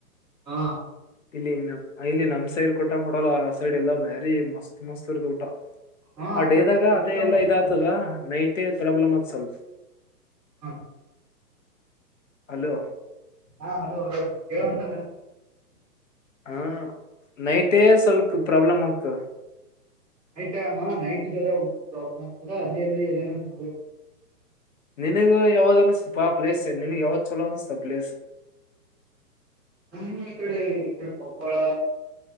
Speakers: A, in the centre; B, on the left.
A: ಹಾ
B: ಇಲ್ಲಿ ಇಲ್ಲಿ ನಮ್ ಸೈಡ್ ಕೊಟ್ಟಂಗ ಕೊಡಲ್ಲ ಆ ಸೈಡ್ ಎಲ್ಲಾ ಬಾರಿ ಮಸ್ತ್ ಮಸ್ತ್ ಇರ್ದ ಊಟ.
A: ಹಾ
B: ಆ
A: ಅಕ
B: ಡೇದಾಗ ಅದೇ
A: ಇಷ್ಟ
B: ಎಲ್ಲ
A: ಮಾಡ್ತದಲ್ಲ
B: ಇದ ಆತದ ನೈಟ್ೇ ಪ್ರಾಬ್ಲಮ್ ಅತ್ ಸ್ವಲ್ಪ.
A: ಹ
B: ಅಲೋ
A: ಹಾ ಹಲೋ ಹಲೋ. ಹೇಳುವ ಉಂಟದ.
B: ಹ ನೈಟೇ ಸ್ವಲ್ಪ ಪ್ರಾಬ್ಲಮ್ ಆಗ್ತದೆ.
A: ನೈಟ್ ಟೈಮ ನೈಟ್ ಜ್ರ ಊಟದ ಪ್ರಾಬ್ಲಮ್ ಆಗ್ತ ಅಲ್ಲಿ ಎಲ್ಲಿ ಎಲ್ಲ ನೋಡ್ಬೇಕ.
B: ನಿನಗ ಯಾವ್ದ ಅನ್ನತಪ ಪ್ಲೇಸ್ ನಿನಗ್ ಯಾವತ್ ಚಲೋ ಅನ್ನಿಸತ ಪ್ಲೇಸ್.
A: ಹ್ಮ ಇ ಕಡೆ ಇಡೆ ಪಪ್ಪಳ.